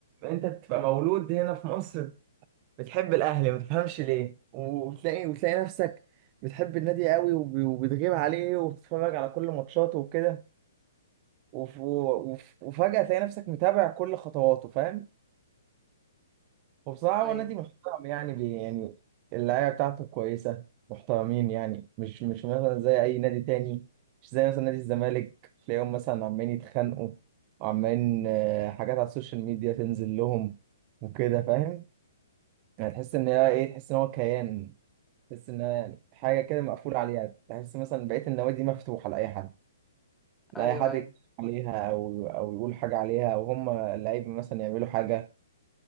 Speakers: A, on the right; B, in the centre.
A: انت بتبقى مولود هنا في مصر بتحب الاهلي ما تفهمش ليه وتلاقي وتلاقي نفسك بتحب النادي قوي وب... وبتغيب عليه وبتتفرج على كل ماتشاته وكده وف... وف... وفجأة تلاقي نفسك متابع كل خطواته فاهم وبصراحة
B: ايوه
A: هو نادي محترم يعني بي يعني اللعيبة بتاعته كويسة محترمين يعني مش مش مثلا زي أي نادي تاني مش زي مثلا نادي الزمالك تلاقيهم مثلا عمالين يتخانقوا وعمالين آه، حاجات على السوشيال ميديا تنزل لهم وكده فاهم يعني تحس إن هي إيه تحس إن هو كيان تحس إن هي يعني حاجة كده مقفولة عليها تحس مثلا بقية النوادي مفتوحة لأي حد لأي
B: ايوه
A: حد
B: ايوه
A: يتكلم عليها أو أو يقول حاجة عليها أو هم اللعيبة مثلا يعملوا حاجة